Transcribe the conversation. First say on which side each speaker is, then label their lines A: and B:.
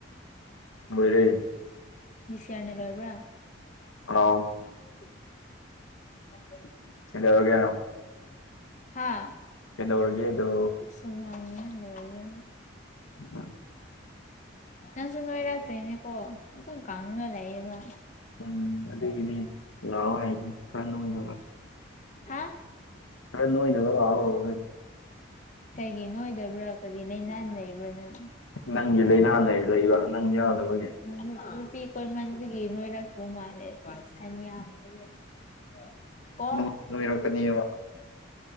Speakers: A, on the left; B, on the left.
A: ꯂꯣꯏꯔꯦ
B: ꯖꯤꯁꯤꯌꯥꯔꯅꯦ ꯂꯣꯏꯕ꯭ꯔꯥ
A: ꯑꯥꯎ
B: <inaudible>
A: ꯀꯩꯗꯧꯔꯒꯦ
B: ꯍꯥꯥ
A: ꯀꯩꯗꯧꯔꯒꯦ ꯑꯗꯨ
B: ꯍꯨꯃꯥꯡꯅ ꯂꯣꯏꯔꯦ
A: <unintelligible>
B: ꯅꯪꯁꯨ ꯅꯣꯏꯔꯛꯇ꯭ꯔꯤꯅꯦꯀꯣ ꯑꯗꯨꯝ ꯀꯥꯡꯉꯒ ꯂꯩꯥꯌꯦꯕ
A: ꯎꯝ ꯑꯗꯨꯒꯤꯅꯤ ꯂꯥꯛꯑꯣ ꯍꯥꯏꯁꯦ ꯈꯔ ꯅꯣꯅꯕ
B: ꯍꯥ
A: ꯈꯔ ꯅꯣꯏꯅꯕ ꯂꯥꯛꯑꯣ
B: ꯀꯩꯒꯤ ꯅꯣꯏꯗꯕ꯭ꯔꯥ ꯀꯔꯤ ꯂꯩꯅꯥ ꯂꯩꯕ꯭ꯔꯥ ꯅꯪ
A: ꯅꯪꯒꯤ ꯂꯥꯏꯅꯥ ꯂꯩꯕ ꯅꯪ ꯌꯥꯎꯗꯕꯒꯤ
B: ꯅꯨ ꯅꯨꯄꯤ ꯀꯣꯏꯃꯥꯟꯕꯒꯤ ꯅꯣꯏꯔꯥꯛꯇꯕ ꯃꯥꯜ <unintelligible> ꯀꯣ
A: ꯅꯪ ꯅꯣꯏꯔꯛꯀꯅꯦꯕ